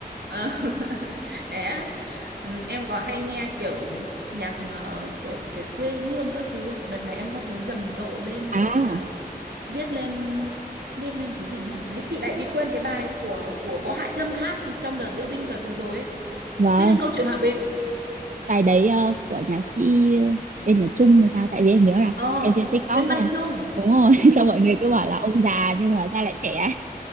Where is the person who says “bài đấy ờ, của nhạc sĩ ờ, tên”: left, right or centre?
Right